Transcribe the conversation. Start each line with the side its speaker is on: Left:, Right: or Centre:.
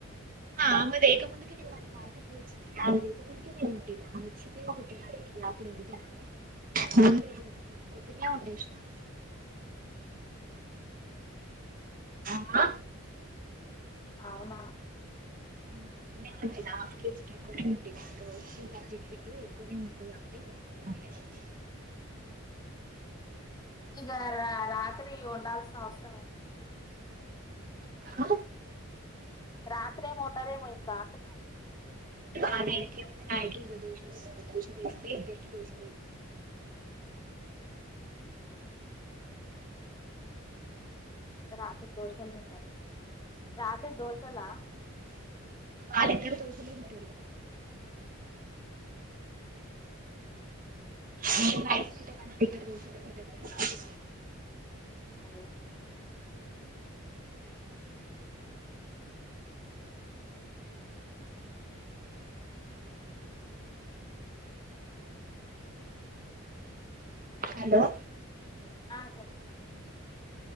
Right: అమె తేక ముందుకేే నేను మన మార్కెట్ ల వచ్చిక ముందుకే నేనుంటటి వచ్చిందే పుట్టిన అప్పుడు వండితానుని ముందే పో పొద్దునే ఉండేసినాను ఆ
Left: అవునా
Right: పొద్దునే వండిన హాఫ్ కేజీకి ఎక్కువనే వండినా వచ్చిందని చెప్పిండు ఎక్కువనే వండు అంటే ఎక్కువనే వండేసిన
Left: ఇగా రా రాత్రి వండాల్సిన అవసరం ఏంటి
Right: అ
Left: రాత్రీ ఏం వండరేమో ఇంకా అంటున్నా
Right: ఆమే ఎనుకే ఉండి నా ఎదురుగా దోషలు లేస్తుంది ఇద్దరికి దోష
Left: గా రాత్రి దోశలు తింటరా రాత్రి దోషాల
Right: ఆళ్ళిద్దరూ దోశలే తింటడు మేం రైస్ తింటాం కానీ వాళ్ళిద్దరూ దోశలే తింటారు
Left: అదే
Right: హలో
Left: ఆ చెప్పు